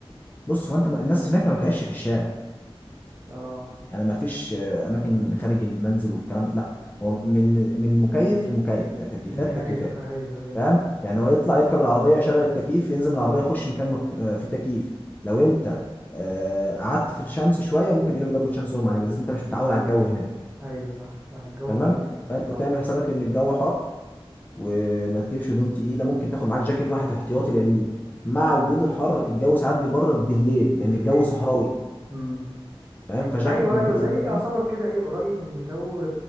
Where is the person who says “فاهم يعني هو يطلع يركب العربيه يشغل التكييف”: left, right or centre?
Left